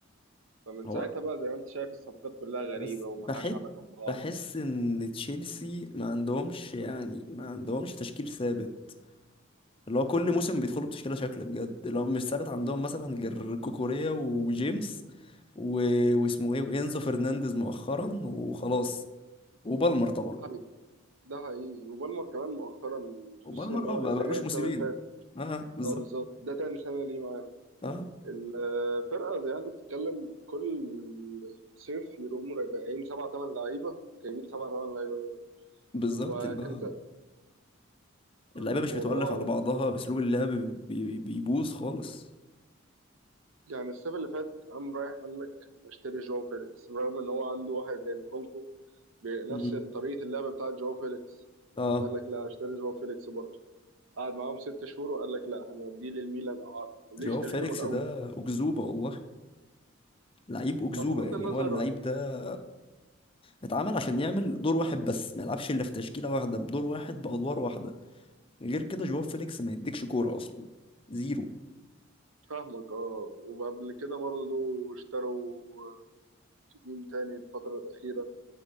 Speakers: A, on the right; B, on the left.
A: فمن
B: هو
A: ساعتها بقى زي ما انت شايف الصفقات كلها غريبه
B: بس
A: وملهاش
B: بحس
A: علاقه ببعض
B: بحس إن تشيلسي ما عندهمش يعني ما عندهمش تشكيل ثابت اللي هو كل موسم بيدخلوا بتشكيلة شكل بجد اللي هو مش ثابت عندهم مثلا غير كوكوريا وجيمس و... واسمه ايه وإنزو فرنانديز مؤخرا وخلاص وبالمر طبعا
A: ده حقيقي ده حقيقي وبالمر كمان مؤخرا
B: وبالمر
A: خصوصا ان هو
B: اه بقى-
A: لسه
B: بقالوش
A: جاي السنه
B: موسمين
A: اللي فاتت
B: اه بالظبط
A: اه بالظبط ده تاني سنه ليه معاهم
B: اه
A: الفرقه زي ما انت بتتكلم كل صيف يقوموا راجعين سبعة تمن لعيبه جايبين سبعة تمن لعيبه غيره
B: بالظبط
A: وهكذا
B: اه اللعيبه
A: الموضوع
B: مش متولف على بعضها اسلوب اللعب بي- بي- بيبوظ خالص
A: يعني الصيف اللي فات قام رايح قال لك اشتري جواو فيليكس رغم ان هو عنده واحد زي لوكونكو بنفس
B: امم
A: طريقة اللعب بتاعت جواو فيليكس
B: اه
A: قام قال لك لا اشتري جواو فيليكس برضه قعد معاهم ست شهور وقال لك لا هنوديه للميلان اعاره طب
B: جواو
A: ليه اشتريته
B: فيليكس
A: من الاول؟
B: ده أكذوبة والله لعيب أكذوبة
A: طب بغض
B: يعني
A: النظر
B: هو اللعيب ده اتعمل عشان يعمل دور واحد بس ما يلعبش إلا في تشكيلة واحدة بدور واحد بأدوار واحدة غير كده جواو فيليكس ما يديكش كورة أصلا زيرو
A: فاهمك اه وقبل كده برضه اشتروا مين تاني الفترة الأخيرة